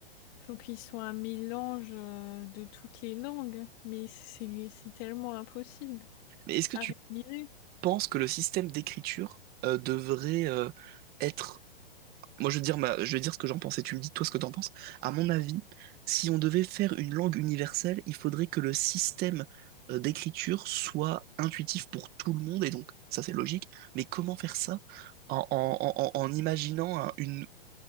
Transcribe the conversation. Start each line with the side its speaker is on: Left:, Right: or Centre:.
Left: faut qu'ils soient un mélange euh, de toutes les langues, mais c'est c'est tellement impossible
Right: Mais est-ce que
Left: à
Right: tu
Left: réaliser.
Right: penses que le système d'écriture euh, devrait euh, être Moi, je vais te dire ma- je vais te dire ce que j'en pense et tu me dis toi ce que t'en penses. À mon avis, si on devait faire une langue universelle, il faudrait que le système euh, d'écriture soit intuitif pour tout le monde et donc ça c'est logique. Mais comment faire ça en, en- en- en- en imaginant un- une,